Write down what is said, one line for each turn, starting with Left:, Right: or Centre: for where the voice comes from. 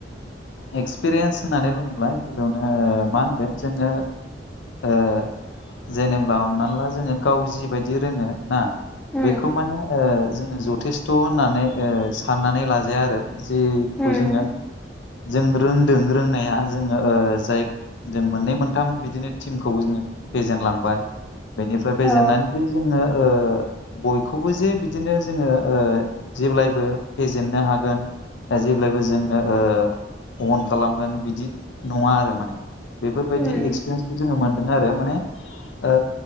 Left: एक्सपिरियेन्स होननानै बुङोब्ला गिबियावनो ओ मा होनगोन जोङो ओ जेनेबा हमना ला जोङो गाव जिबायदि रोङो ना
Centre: उम
Left: बेखौ माने ओ जोङो जथेस्थ' होननानै ओ साननानै लाजाया आरो। जेखौ
Centre: उम
Left: जोङो जों रोंदों रोंनाया जोङो जाय जों मोननै मोनथाम बिदिनो टिमखौ जोङो फेजेनलांबाय। बेनिफ्राय फेजेननानै
Centre: औ
Left: जे जोङो ओ बयखौबो जे बि दिनो जोङो ओ जेब्लायबो फेजेननो हागोन। जेब्लायबो जोंनो ओ अन खालामगोन बिदि नङा आरो माने। बेफोरबायदि
Centre: उम
Left: एक्सपिरियन्सखौ जोङो मोन दों आरो माने ओ